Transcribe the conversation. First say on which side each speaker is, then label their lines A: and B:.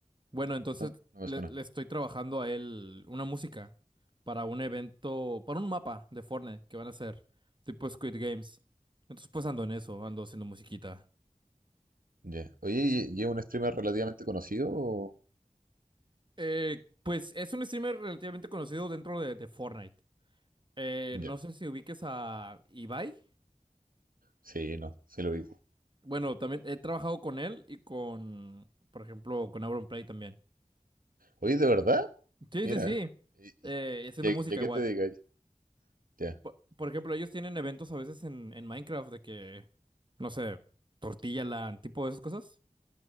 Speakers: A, on the right; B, on the right.
A: Bueno, entonces
B: No, no me
A: le,
B: suena.
A: le estoy trabajando a él una música para un evento, para un mapa de Fortnite que van a hacer, tipo Squid Games. Entonces pues ando en eso,
B: Ya.
A: ando haciendo musiquita.
B: Ya. Oye, ¿y- ¿y es un streamer relativamente conocido o...?
A: Eh, pues es un streamer relativamente conocido dentro de, de Fortnite. Eh,
B: Ya.
A: no sé si ubiques a Ibai.
B: Sí, no, sí lo digo.
A: Bueno, también he trabajado con él y con, por ejemplo, con Auron Play también.
B: Oye, ¿de verdad?
A: Sí,
B: Mira.
A: sí, sí.
B: ¿Y,
A: Eh,
B: y-
A: y haciendo
B: y a- y
A: música
B: a qué
A: igual.
B: te dedicas? Ya,
A: Por, por ejemplo, ellos tienen eventos a veces en, en Minecraft de que, no sé, tortilla Tortillaland, tipo de esas cosas.